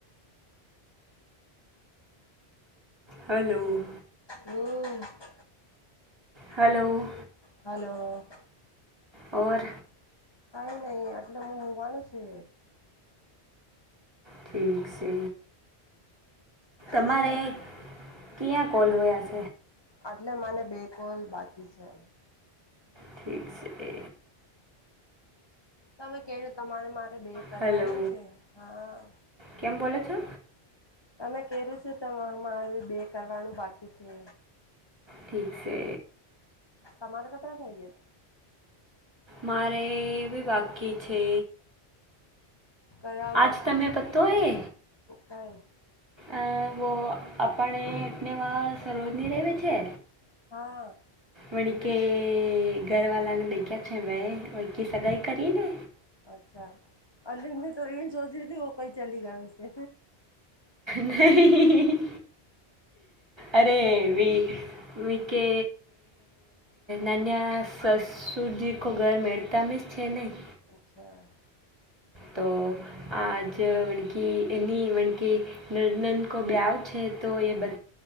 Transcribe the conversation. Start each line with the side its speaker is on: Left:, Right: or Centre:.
Right: હલો
Left: હમ
Right: હલો
Left: હલો
Right: ઓર
Left: કઈ નહીિ આટલે મોંઘવાનું છે
Right: ઠીક છે તમારે
Left: અને
Right: ક્યાં કોૉલ હોયાસ
Left: એટલે મને બેકોલ બાકી છે
Right: ઠીક છે એ
Left: તમે કે તમારે મારે બે કરવાનું
Right: છે હલો
Left: છે હા
Right: કેમ બોલો છો
Left: તમે કેું છો ત અરે બે કરવાનું બાકી છે
Right: ઠીક છે
Left: તમારે કેટલા થઈ ગયા છે
Right: મારેબી બાકી છે
Left: કયા
Right: આજ
Left: બાકી
Right: તમે
Left: છે
Right: પતો એ
Left: કઈ
Right: અ વો આપણે અટનેવા સરોજની રહેવી છે
Left: હા
Right: વણ કે ઘર વાલાને દેખ્યા છે ભાઈ વ સગાઈ કરી ને
Left: અચ્છા અ મેં તો એ શોધધી કઈ ચાલી ગયા છે
Right: નહી અરે ભી વ કે નાના સસુરજી ખ ઘર મેતા મીશ છેનાઈ
Left: અચ્છા
Right: તો તો આજ વણકી એની વણકી નનનકો બ્યાવ છે તો એ બ